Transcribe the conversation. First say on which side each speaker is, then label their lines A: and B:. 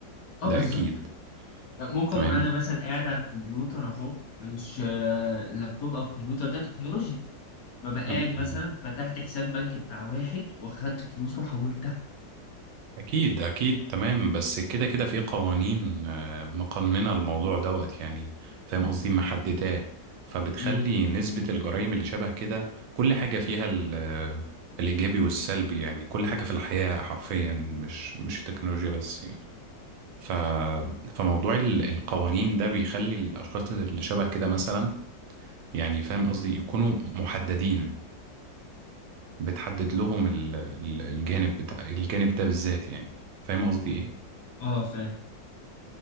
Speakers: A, on the left; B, on the right.
A: اه
B: ده
A: بالظبط
B: اكيد
A: ممكن
B: تمام
A: انا مثلا قاعد على الكمبيوتر اهو مش آه، اللابتوب او الكمبيوتر ده تكنولوجيا ببقى قاعد
B: مم.
A: مثلا فتحت حساب بنك بتاع واحد واخدت فلوس وحولتها
B: أكيد أكيد تمام بس كده كده في قوانين آه، مقننة الموضوع دوت يعني فاهم قصدي محدداه فبتخلي
A: امم
B: نسبة الجرائم اللي شبه كده كل حاجة فيها ال- آه، الإيجابي والسلبي يعني كل حاجة في الحياة حرفيا مش مش التكنولوجيا بس يعني ف فموضوع ال- القوانين ده بيخلي الأشخاص اللي شبه كده مثلا يعني فاهم قصدي يكونوا محددين بتحدد لهم ال- ال- الجانب بتاع الجانب ده بالذات يعني فاهم قصدي إيه؟
A: اه فاهم